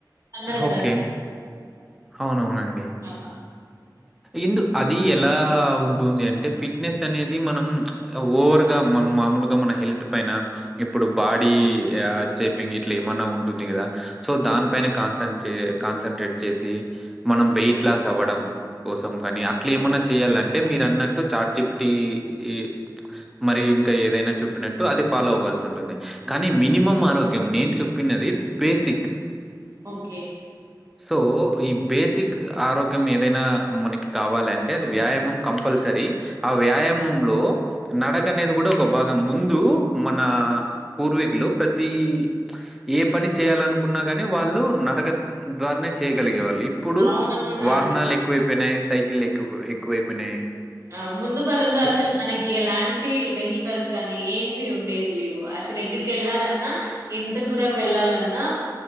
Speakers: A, on the right; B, in the centre.
A: అన్నారు
B: ఓకే అవునవునండ్
A: అహ
B: ఇంద్ అది ఎలా ఉంటుంది అంటే ఫిట్నెస్ అనేది మనం ఓవర్గా మన ములుగా మన హెల్త్ పైన ఇప్పుడు బాడీ సేపింగ్ ఇట్ల ఏమన్నా ఉంటుంది గదా దాని పైన కాన్సన్ చే కాన్సన్ంట్రేట్ చేసి మనం వెయిట్ లాస్ అవ్వడం కోసం గని అట్లేమన్నా చెయ్యాలంటే మీరన్నట్టు చాట్ జి పి టి ఈ మరి ఇంక ఏదైనా చెప్పినట్టు అది ఫాలో అవ్వాల్సి ఉంటుంది కానీ మినిమం ఆరోగ్యం నేను చెప్పినది బేసిక్
A: ఓకే
B: సో ఈ బేసిక్ ఆరోగ్యం ఏదైనా మనకి కావాలంటే అది వ్యాయామం కంపల్సరీ ఆ వ్యాయామంలో నడక అనేది గూడా ఒక భాగం ముందు మన పూర్వీకులు ప్రతి ఏ పని చేయాలనుకున్నా గాని వాళ్ళు నడక ద్వారానే చెయ్యగలిగే వాళ్ళు ఇప్పుడు
A: అవునవునండి.
B: వాహనాలు ఎక్కువైపోయినాయి సైకిల్లు ఎక్కువ ఎక్కువైపోయినాయి
A: ఆ ముందు కాలంలో
B: సో
A: అసలు మనకి ఎలాంటి వెహికల్స్ కానీ ఏం ఉండేవి లేవు అసలు ఎక్కడికి ఎళ్ళాలన్నా ఎంత దూరం వెళ్ళాలన్నా